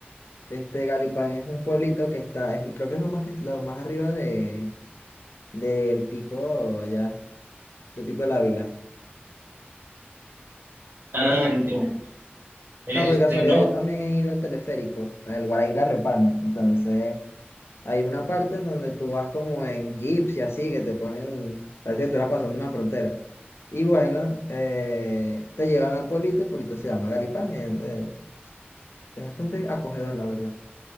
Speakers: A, on the left; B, on the right.
A: Este Galipán es un pueblito que está, es- creo que es lo más que lo más arriba de del pico allá, del pico del Ávila.
B: Ah, entiendo. Este,
A: O sea, por casualidad
B: no.
A: yo también he ido al teleférico, al Guaraíra Repano. Entonces, hay una parte en donde tú vas como en jeeps y así, que te ponen, parece que tú eras pasando una frontera. Y bueno, eh, te llevan al pueblito, el pueblito se llama Galipán, y ahí es donde- es bastante acogedor, la verdad.